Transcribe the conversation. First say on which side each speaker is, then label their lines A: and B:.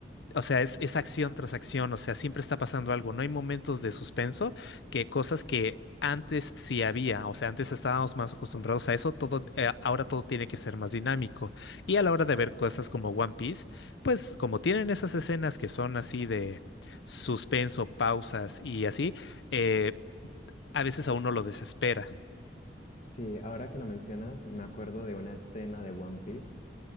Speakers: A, on the left (about 80°); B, on the left (about 45°).
A: O sea, es, es acción tras acción, o sea, siempre está pasando algo. No hay momentos de suspenso que cosas que antes sí había, o sea, antes estábamos más acostumbrados a eso, todo, eh, ahora todo tiene que ser más dinámico. Y a la hora de ver cosas como One Piece, pues como tienen esas escenas que son así de suspenso, pausas y así, eh, a veces a uno lo desespera.
B: Sí, ahora que lo mencionas, me acuerdo de una escena de One Piece